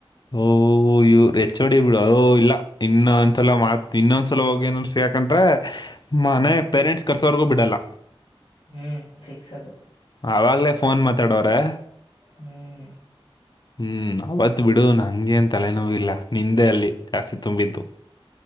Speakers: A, on the left (about 45°); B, on the left (about 75°).
A: ಓಹ ಇವ ಹೆಚ್ ಹೊಡಿ ಬಿಡು ಅ ಇಲ್ಲ ಇನ್ನ ಅಸಲತ್ ಇನ್ನೊಂದ್ಸಲ ಹೋಗಿ ಏನನ್ಸ ಯಾಕಂದ್ರ ಮನೆ ಪೇರೆಂಟ್ಸ್ ಕರ್ಸವರ್ಗೂ ಬಿಡಲ್ಲ
B: ಹ್ಮ್ ಫಿಕ್ಸ್ ಅದು
A: ಆವಾಗ್ಲೇ ಫೋನ್ ಮಾತಾಡವ್ರೆ
B: ಹ್ಮ್
A: ಹ್ಮ್ ಅವತ್ ಬಿಡು ನ ಹಂಗೆಏನ್ ತಲೆ ಿಲ್ಲ ನಿಂದೆ ಅಲ್ಲಿ ಜಾಸ್ತಿ ತುಂಬಿದ್ದು